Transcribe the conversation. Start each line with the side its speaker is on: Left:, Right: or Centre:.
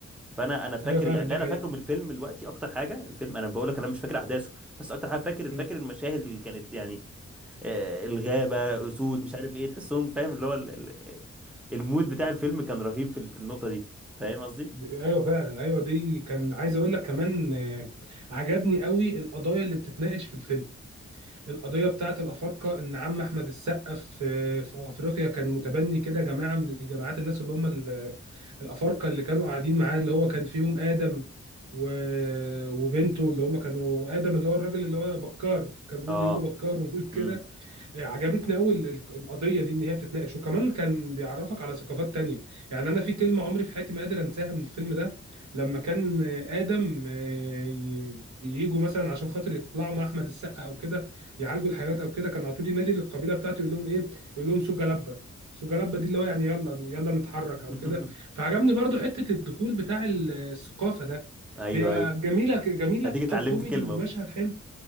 Centre: فانا انا فاكر
Right: ايوه فعلا
Centre: يعني اللي
Right: دي
Centre: انا
Right: حقيقة
Centre: فاكره من الفيلم دلوقتي اكتر حاجه الفيلم انا بقول لك انا مش فاكر احداثه بس اكتر حاجه فاكر
Right: مم.
Centre: فاكر المشاهد اللي كانت يعني آه، الغابة أسود مش عارف إيه تحسهم فاهم اللي هو ال- ال- المود بتاع الفيلم كان رهيب في ال- في النقطة دي فاهم قصدي؟
Right: ايوه فعلا ايوه دي كان عايز اقول لك كمان آه، عجبني قوي القضايا اللي بتتناقش في الفيلم القضيه بتاعه الافارقه ان عم احمد السقا في في افريقيا كان متبني كده جماعه من الجماعات الناس اللي هم ال- الافارقه اللي كانوا قاعدين معاه اللي هو كان فيهم ادم و... وبنته اللي هم كانوا ادم اللي هو الراجل اللي هو بكار كان بيقعد
Centre: آه
Right: يقول له بكار ويقول كده
Centre: امم
Right: آه، عجبتني قوي ال- ال- القضيه دي ان هي بتتناقش وكمان كان بيعرفك على ثقافات تانية يعني انا في كلمه عمري في حياتي ما قادر انساها من الفيلم ده لما كان ادم آه، ي- بييجوا مثلا عشان خاطر يطلعوا مع احمد السقا او كده يعالجوا الحيوانات او كده كان على طول ينادي للقبيله بتاعته يقول لهم ايه يقول لهم سوجا لبه سوجا لبه دي اللي هو يعني يلا يلا نتحرك
Centre: <laughs>
Right: او كده فعجبني برضو حته الدخول بتاع ال- الثقافه ده
Centre: أيوه
Right: هي
Centre: أيوه
Right: جميله جميله
Centre: أديك اتعلمت
Right: وكوميدي
Centre: كلمة
Right: ومشهد
Centre: أهو.
Right: حلو